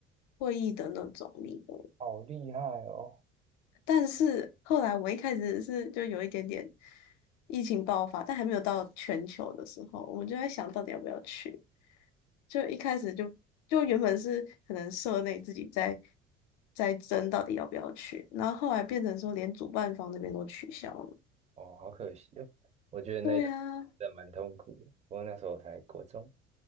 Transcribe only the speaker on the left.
会议的那种名额。
但是后来我一开始是就有一点点疫情爆发，但还没有到全球的时候，我们就在想到底要不要去。就一开始就就原本是可能社内自己在在争到底要不要去，然后后来变成说连主办方那边都取消了。
对啊，